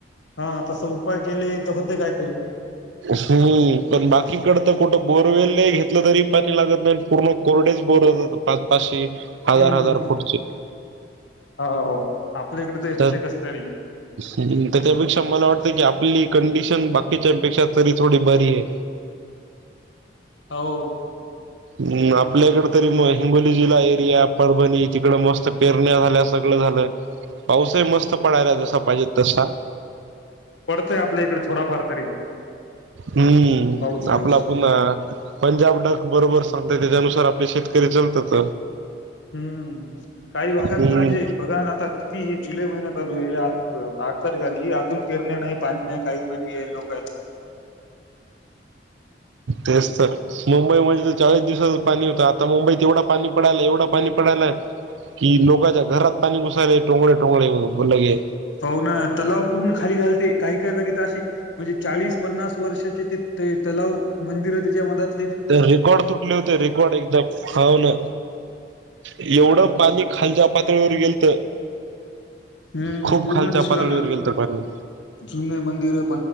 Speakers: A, on the left; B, on the right.
A: हा तस उपाय केले तर होते काहीतरी.
B: हुं पण बाकीकड तर कुठं बोरवेल ला घेतलं तरी पाणी लागत नाही पूर्ण कोरडे बोर हो पाच पाचे हजार
A: हम्म
B: हजार फुडचे
A: हो आपल्या इकडे ते होते
B: तर.
A: कस तरी
B: हित त्यापेक्षा मला वाटतय की आपली कंडिशन बाकीच्यापेंक्षा तरी थोडी बारी आहे.
A: हो
B: हु आपल्याकडे तरी मग हिंगोली जिल्हा एरिया परभणी तिकड मस्त पेरण्या झाल्या सगळ्या झालय पाऊसही मस्त पडलाय जसा पाहिजे तसा.
A: पडतय आपल्या इकडे थोडाफार तरी.
B: हुम्म
A: पाऊस गिऊस
B: आपला पुन्हा पंजाब डक बरोबर सांग त्याच्यानुसार आपले शेतकरी लतातच
A: हुम्म काही भागात
B: हम्म
A: तर म्हणजे बघा ना आता किती हे जुलै महिन्या चालू आहे अ ंआठ तारीख आली अजून पेरण्या नाही पाणी नाही काहीच नाही माहीम हे लोक
B: तेच तर मुंबई म्हण चाळीस दिवसाच पाणी होतं आता मुंबईत एवढा पाणी पडायला एवढं पाणी पडायलाय कि लोकाांच्या घरात पाणी घुसाळले टोंगळे टोंगळे लगे
A: हो ना तलाव पूर्ण खाली घालते काही काय जागी तर आशी म्हणजे चाळीस पन्नास वर्षाचे ते तलाव मंदिर त्याच्या मधात
B: तर रेकॉर्ड तुटले होते रेकॉर्ड एकदा ह ल एवढं
A: अन्
B: पाणी खालच्या पातळीवर गेलत.
A: हं
B: खूप
A: पूर्ण
B: खालच्या
A: दिसू
B: पातळीवर
A: लागलं.
B: गेलत पाणी
A: जुने मंदिरं